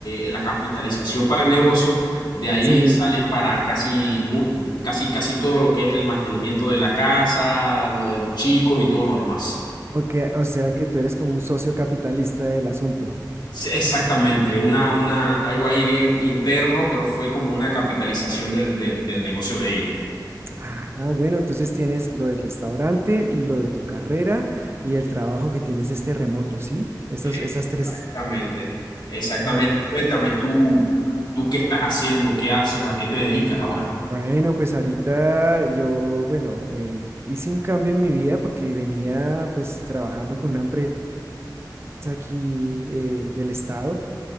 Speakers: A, on the left (about 80°); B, on the right (about 35°).
A: eh, la capitalización para el negocio, de ahí
B: sí.
A: salen para casi, mu- casi, casi todo lo que es el mantenimiento de la casa, lo de los chicos y todo lo demás.
B: O, que- o sea que tú eres como un socio capitalista del asunto.
A: Sí, Exactamente, una, una, algo ahí bien interno, pero fue como una capitalización del, del, del negocio de ella.
B: Ah, bueno, entonces tienes lo del restaurante, lo de tu carrera y el trabajo que tienes este remoto, ¿sí? Esas,
A: Exactamente,
B: esas tres.
A: exactamente.
B: Ah,
A: Y cuéntame tú, tú qué estás haciendo, qué haces, a qué te dedicas ahora.
B: bueno, pues ahorita yo, bueno, eh, hice un cambio en mi vida porque venía pues trabajando con una empresa aquí eh, del estado